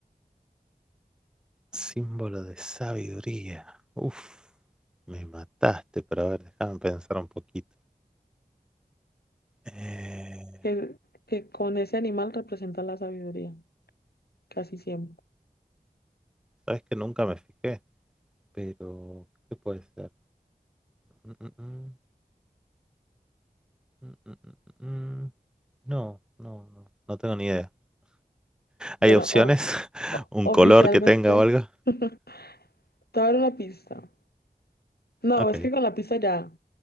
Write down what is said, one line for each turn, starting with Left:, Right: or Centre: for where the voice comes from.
Centre: Símbolo de sabiduría. Uf, me mataste, pero a ver, déjame pensar un poquito. Eh,
Left: Que, que con ese animal representa la sabiduría, casi siempre.
Centre: sabes que nunca me fijé, pero ¿qué puede ser? Mm, mm, mm, mm, mm, mm, mm. mm. No, no, no, no tengo ni idea.
Left: Bueno,
Centre: ¿Hay opciones?
Left: o-
Centre: <laughs>
Left: O-
Centre: ¿Un
Left: Oficialmente.
Centre: color que tenga o algo?
Left: <laughs> Te voy a dar una pista. No,
Centre: Ok.
Left: es que con
Centre: <laughs>
Left: la pista ya.